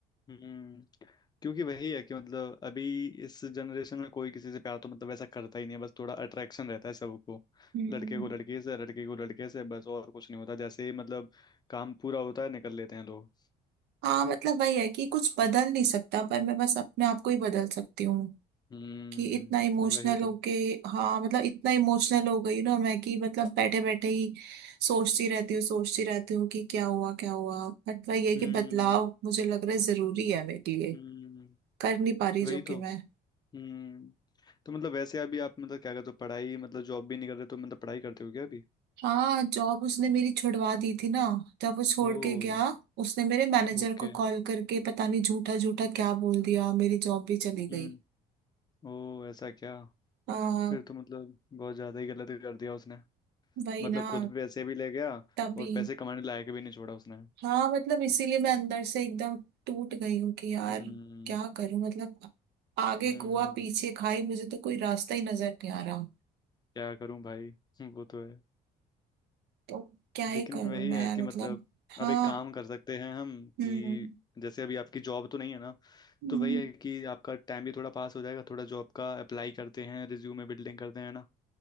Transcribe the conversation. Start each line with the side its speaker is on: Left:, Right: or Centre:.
Left: हम्म क्योंकि वही है कि मतलब अभी इस जनरेशन में कोई किसी से प्यार तो मतलब ऐसा करता ही नहीं है बस थोड़ा अट्रैक्शन रहता है सबको
Right: हम्म
Left: लड़के को लड़की से लड़की को लड़के से बस और कुछ नहीं होता जैसे ही मतलब काम पूरा होता है निकल लेते हैं लोग
Right: हाँ मतलब वही है कि कुछ बदल नहीं सकता पर मैं बस अपने आप को ही बदल सकती हूँ
Left: हम्म
Right: कि इतना इमोशनल
Left: वही
Right: होके
Left: तो
Right: हाँ मतलब इतना इमोशनल हो गई ना मैं कि मतलब बैठे बैठे ही सोचती रहती हूँ सोचती रहती हूँ कि क्या हुआ क्या हुआ बट वही है कि
Left: हम्म
Right: बदलाव मुझे लग रहा है जरूरी है मेरे लिए
Left: हम्म
Right: कर नहीं पा रही जो
Left: वही
Right: कि
Left: तो
Right: मैं
Left: हम्म तो मतलब वैसे अभी आप मतलब क्या करते हो पढ़ाई मतलब जॉब भी नहीं कर रहे तो मतलब पढ़ाई करते हो क्या अभी
Right: हाँ जॉब उसने मेरी छुड़वा दी थी ना जब वो छोड़
Left: ओ
Right: के गया उसने मेरे मैनेजर
Left: ओके
Right: को कॉल करके पता नहीं झूठा झूठा क्या बोल दिया मेरी जॉब भी चली गई
Left: हम्म ओ ऐसा क्या
Right: आ,
Left: फिर तो मतलब बहुत ज्यादा ही गलत कर दिया उसने
Right: वही
Left: मतलब
Right: ना
Left: खुद पैसे भी ले गया
Right: तभी
Left: और पैसे कमाने लायक भी नहीं छोड़ा उसने
Right: हाँ मतलब इसीलिए मैं अंदर से एकदम टूट गई हूँ कि यार
Left: हम्म
Right: क्या करूं मतलब आगे
Left: हम्म
Right: कुआ पीछे खाई मुझे तो कोई रास्ता ही नजर नहीं आ रहा
Left: क्या करूं भाई <laughs> वो तो है
Right: तो क्या ही
Left: लेकिन
Right: करूं
Left: वही
Right: मैं
Left: है कि
Right: मतलब
Left: मतलब
Right: हाँ
Left: अब एक काम कर सकते हैं हम
Right: हम्म
Left: कि जैसे अभी आपकी जॉब तो नहीं है ना
Right: हम्म,
Left: तो वही है कि आपका टाइम भी थोड़ा पास हो जाएगा थोड़ा जॉब का अप्लाई करते हैं रिज्यूमे बिल्डिंग करते हैं ना